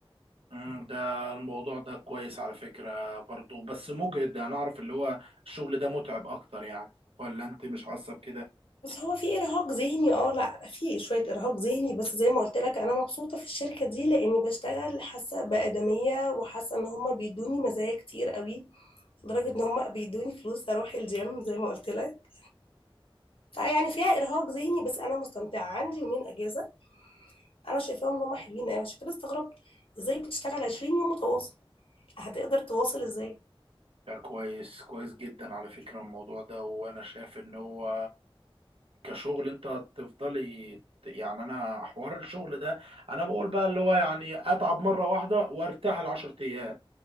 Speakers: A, on the right (about 85°); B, on the left (about 70°).
A: أمم، ده الموضوع ده كويس على فكرة برضو بس مجهد انا اعرف اللي هو الشغل ده متعب اكتر يعني ولا انت مش حاسة بكده
B: بس هو في ارهاق ذهني اه لا في شويه ارهاق ذهني بس زي ما قلت لك انا مبسوطه في الشركه دي لاني بشتغل حاسه بادميه وحاسه ان هما بيدوني مزايا كتير قوي لدرجه ان هما بيدوني فلوس اروح الجيم زي ما قلت لك فيعني فيها ارهاق ذهني بس انا مستمتعه عندي يومين اجازه انا شايفاهم ان هم حلوين أوي عشان كده استغربت ازاي بتشتغل 20 يوم متواصل هتقدر تواصل ازاي
A: ده كويس كويس جدا على فكرة الموضوع ده وانا شايف ان هو كشغل انت تفضلي يعني انا حوار الشغل ده انا بقول بقى اللي هو يعني اتعب مره واحده وارتاح العشر ايام